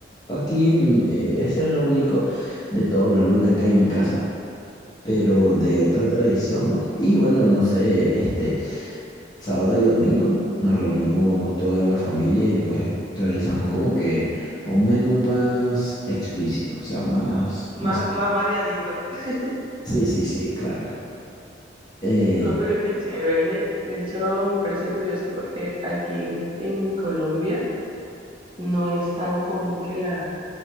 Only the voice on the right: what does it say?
Más,
más variadito. <laughs>
Ay, no, pero qué chévere. De hecho, me parece curioso porque aquí en, en Colombia no es tan común que la...